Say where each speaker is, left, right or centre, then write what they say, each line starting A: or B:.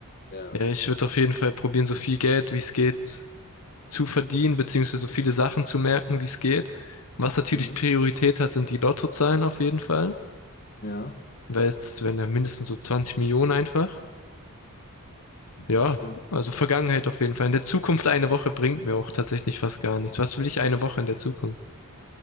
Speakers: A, on the left; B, on the left.
A: Ja.
B: Ja, ich würde auf jeden Fall probieren, so viel Geld, wie es geht, zu verdienen, beziehungsweise so viele Sachen zu merken, wie es geht. Was natürlich
A: Mhm.
B: Priorität hat, sind die Lottozahlen auf jeden Fall,
A: Ja,
B: weil es wären ja mindestens so 20 Millionen einfach. Ja,
A: ja, stimmt.
B: also Vergangenheit auf jeden Fall. In der Zukunft eine Woche bringt mir auch tatsächlich fast gar nichts. Was will ich eine Woche in der Zukunft?